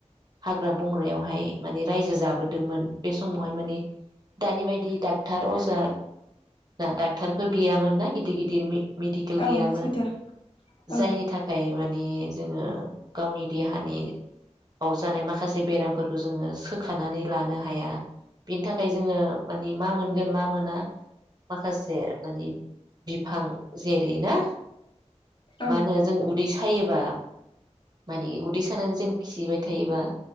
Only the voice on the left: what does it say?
औ
सैथो औ
औ